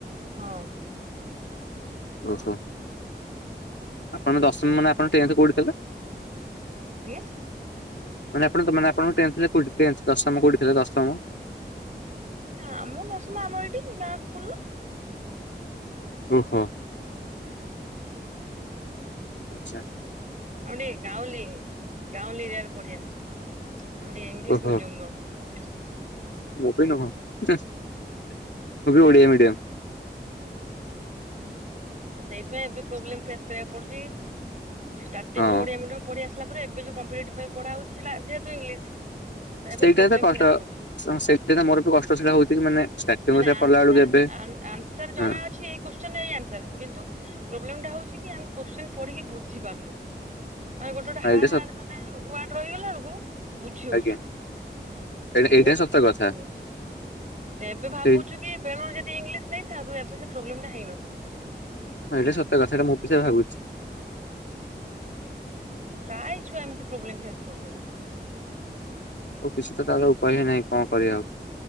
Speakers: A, on the right; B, on the left.
A: ହଁ।
B: ଓହୋ। ଆପଣ ଦଶମମାନେ ଆପଣଙ୍କ ଟେନ୍ଥ କୋଉଠି ଦେଲେ।
A: ଆଜ୍ଞା।
B: ମାନେ ଆପଣ ତ ମାନେ ଆପଣଙ୍କ ଟେନ୍ଥ ଟେନ୍ଥ ଦଶମ କୋଉଠି ଦେଲେ ଦଶମ।
A: ଆମ ଦଶମ ଆମ ଏଇଠି ଗାଁ ସ୍କୁଲ।
B: ଓହୋ ଆଛା।
A: ଗାଉଁଲି ଗାଉଁଲି ଗାଉଁଲି ଏରିଆରେ ପଡି ଆସିଛି। ଆମେ ଏଠି ଇଂଲିଶମିଡ଼ିୟମ
B: ଓହୋ
A: ନୁହଁ।
B: ମୁଁ ବି ନୁହଁ ହୁଁ ମୁଁ ବି ଓଡ଼ିଆମିଡିୟମ
A: ଆ ସେଇଥିପାଇଁ ଏବେ ପ୍ରୋବ୍ଲେମ ଫେସ କରିବାକୁ ପଡୁଛି। ଷ୍ଟାର୍ଟିଂରୁ
B: ହଁ
A: ଓଡିଆ ମିଡିୟମ ପଢି ଆସେ। ପରେ ଏବେ ଯଉ କମ୍ପଟିଭ ପାଇଁ ପଢା ହଉଛି ସେଟା ଯେହେତୁ ଇଂଲିଶ। ତ
B: ସେଇଟା
A: ଏବେ ପ୍ରୋବ୍ଲେମ
B: ତ କଷ୍ଟ
A: ଫେସ୍ ହଉଛି
B: ସେଇଠି ମୋର ବି କଷ୍ଟ ସେଟା ହଉଛି ମାନେ ସେ ଷ୍ଟାରଟିଙ୍ଗ
A: ମାନେ ଆନ୍ସର
B: କଲା ବେଳକୁ ଏବେ
A: ଆନ୍ସର ଜଣା
B: ହଁ
A: ଅଛି ଏଇ କୋଶ୍ଚନ ଏଇ ଆନ୍ସର କିନ୍ତୁ ପ୍ରୋବ୍ଲେ ଟା ହଉଛି କି ଆମେ କୋଶ୍ଚଚିନ ପଢିକି ବୁଝି ପାରୁନୁ। ଆଗେ ଗୋଟେ ଗୋଟେ ହାର୍ଡ
B: ଏଇଟା ସତ
A: ହାର୍ଡ଼ ମାନେ ୱାର୍ଡ ରହିଗଲା ବେଳକୁ ବୁଝି ହଉନି
B: ଆଜ୍ଞା
A: ସେଇଥିଲାଗି
B: ଏଇଟା ହିଁ ସତ
A: ବେଶି
B: କଥା
A: ପ୍ରୋବ୍ଲେମ ହଉଛି ଏବେ ଭାବୁଛୁ
B: ସେଇ
A: କି ବେଳୁରୁ ଯଦି ଇଂଲିଶ ନେଇଥାନ୍ତୁ ଏବେ ପ୍ରୋବ୍ଲେମ ଟା ହେଇନଥାନ୍ତା।
B: ହଁ ଏଇଟା ସତ କଥା ମୁଁ ବି ସେୟା ଭାବୁଛି।
A: ପ୍ରାୟ ଛୁଆ ଏମିତି ପ୍ରୋବ୍ଲେମ ଫେସ କରୁଛନ୍ତି।
B: ଆଉ କିଛି ତ ତାର ଉପାୟ ନାହିଁ କଣ କରିବା ଆଉ